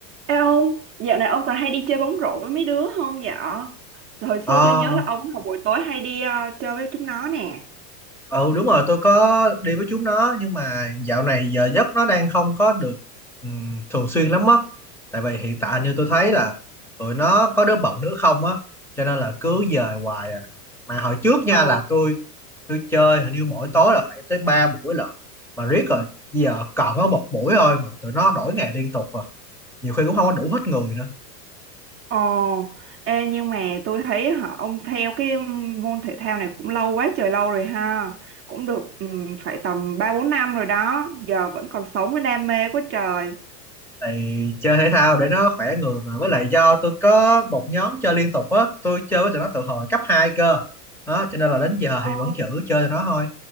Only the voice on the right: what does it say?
Ê ông, dạo này ông còn hay đi chơi bóng rổ với mấy đứa không dạ? Hồi xưa
tôi nhớ là ông vào buổi tối hay đi ờ, chơi với chúng nó nè.
Ồ,
ồ, ê nhưng mà tôi thấy hả, ông theo cái môn thể thao này cũng lâu quá trời lâu rồi ha. Cũng được ừm, phải tầm ba bốn năm rồi đó, giờ vẫn còn sống với đam mê quá trời.
Ồ.